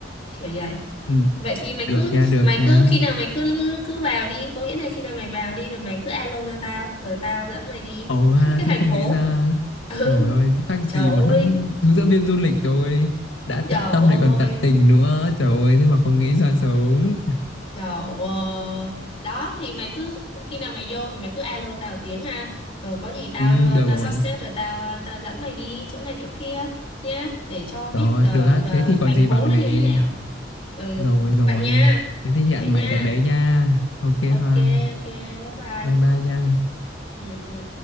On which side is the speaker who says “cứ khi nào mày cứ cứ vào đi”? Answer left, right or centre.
Left